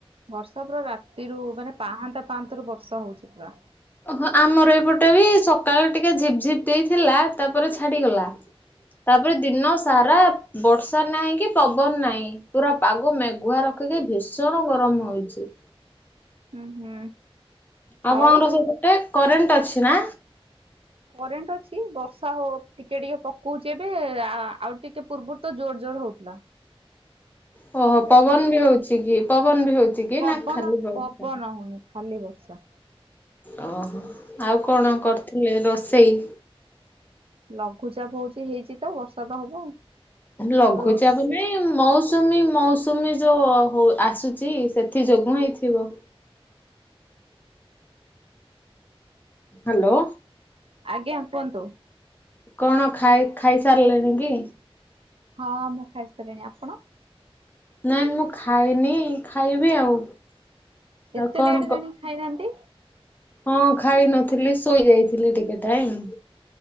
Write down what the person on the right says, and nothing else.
ବର୍ଷା ପୁରା ରାତିରୁ ମାନେ ପାହାନ୍ତା ପାହାନ୍ତ ରୁ ବର୍ଷା ହୋଉଛି ପୁରା।
ହୁଁ ହୁଁ।
ଆଉ
କରେଣ୍ଟ ଅଛି ବର୍ଷା ହୋ ଟିକେ ଟିକେ ପକଉଛି ଏବେ ଆଉ ଟିକେ ପୂର୍ବରୁ ତ ଜୋରୋ ଜୋର ହୋଉଥିଲା।
ଏବେ
ଟିକେ
ପବନ
ପବନ ହୋଉନି ଖାଲି ବର୍ଷା।
ଲଘୁଚାପ ହଉଚି ହେଇଛି ତ ବର୍ଷା ତ ହବ ଆଉ।
ରୋଷ୍
ଆଜ୍ଞା କୁହନ୍ତୁ।
ହଁ ମୁଁ ଖାଇ ସାରିଲିଣି। ଆପଣ?
ଏତେ
ଲେଟ୍
ହେଲାଣି ଖାଇନାହାନ୍ତି?